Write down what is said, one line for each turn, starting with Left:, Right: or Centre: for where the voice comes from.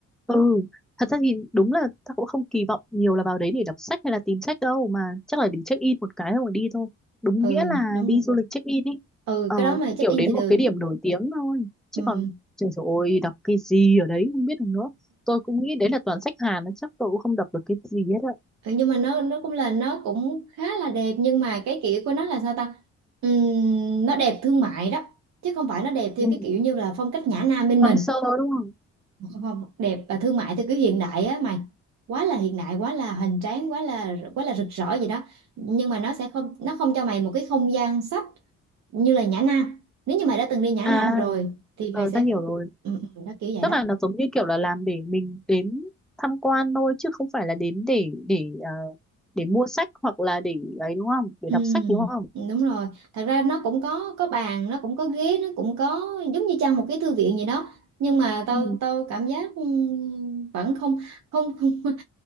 Centre: Ừ, thật ra thì đúng là ta cũng không kỳ vọng nhiều là vào đấy để đọc sách hay là tìm sách đâu mà chắc là để check in một cái rồi đi thôi. Đúng
Right: ừ
Centre: nghĩa là
Right: đúng
Centre: đi du lịch check in ý.
Right: ừ
Centre: Ờ,
Right: cái đó mà check
Centre: kiểu
Right: in
Centre: đến
Right: thì được
Centre: một cái điểm nổi tiếng thôi. Chứ
Right: ừ,
Centre: còn trời ơi, đọc cái gì ở đấy không biết được nữa. Tôi cũng nghĩ đấy là toàn sách Hàn, nó chắc tôi cũng không đọc được cái gì hết ạ.
Right: Ừ, nhưng mà nó nó cũng là nó cũng khá là đẹp nhưng mà cái kiểu của nó là sao ta Ừm, nó đẹp thương mại đó chứ không phải nó đẹp theo
Centre: Ừ.
Right: cái kiểu như là phong cách nhã nam bên
Centre: Hoang
Right: mình
Centre: sơ đúng không?
Right: không không đẹp và thương mại theo kiểu hiện đại á mày quá là hiện đại quá là hoành tráng quá là quá là rực rỡ gì đó nhưng mà nó sẽ không nó không cho mày một cái không gian sách như là nhã nam nếu như mày đã từng đi nhã
Centre: À,
Right: nam rồi thì
Centre: ờ,
Right: mày sẽ
Centre: ta hiểu rồi.
Right: ừ, ừ, đó kiểu vậy
Centre: tức
Right: đó
Centre: là nó giống như kiểu là làm để mình đến tham quan thôi chứ không phải là đến để để ờ, để mua sách hoặc là để ấy đúng không để
Right: Ừ,
Centre: đọc sách đúng không
Right: đúng rồi. Thật ra nó cũng có có bàn, nó cũng có ghế, nó cũng có giống như trang một cái thư viện vậy đó. Nhưng mà tao
Centre: Ừ.
Right: tao cảm giác ừm, vẫn không không không <laughs>